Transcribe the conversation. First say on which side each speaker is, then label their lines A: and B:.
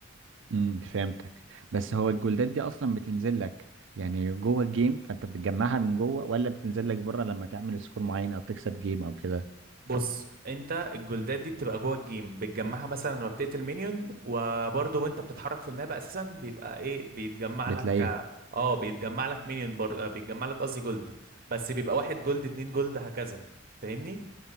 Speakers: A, on the right; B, on the right.
A: امم فهمتك بس هو الجولدات دي اصلا بتنزل لك يعني جوه الجيم فانت بتجمعها من جوه ولا بتنزل لك بره لما تعمل سكور معين او تكسب جيم او كده
B: بص انت الجولدات دي بتبقى جوه الجيم بتجمعها مثلا لما بتقتل مينيون وبرضه وانت بتتحرك في الماب اساسا بيبقى ايه بيتجمع
A: بتلاقيهم
B: لك اه بيتجمع لك مينيون بر... آه، بيتجمع لك قصدي جولد بس بيبقى واحد جولد اتنين جولد هكذا فاهمني